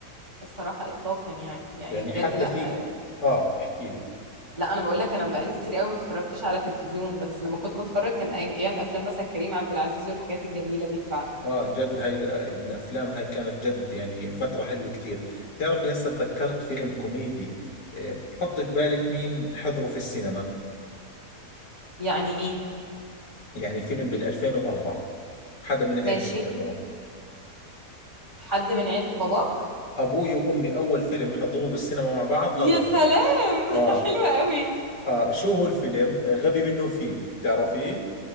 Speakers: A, on the right; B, on the left.
A: الصراحة إطلاقا يعني يعني
B: يعني
A: بجد
B: حتى
A: لا
B: في اه احكي لي
A: لا انا بقول لك انا بقالي كتير قوي ما اتفرجتش على تلفزيون بس لما كنت بتفرج كان أي- ايام افلام مثلا كريم عبد العزيز والحاجات الجميله دي فعلا
B: اه جد هاي ال- الافلام هاي كانت جد يعني فترة حلوة كتير بتعرفي هسه تذكرت فيلم كوميدي آه، حطي في بالك مين حضره في السينما
A: يعني ايه
B: يعني فيلم بال2004
A: ي-
B: حدا من عيلتي
A: ماشي
B: حضره
A: حد من عيل باباك
B: ابوي وامي اول فيلم حضروه بالسينما مع بعض
A: يا
B: هذا الفيلم
A: سلام
B: اه
A: <laughs> حلوه قوي
B: اه شو هو الفيلم آه، غبي منه فيه بتعرفيه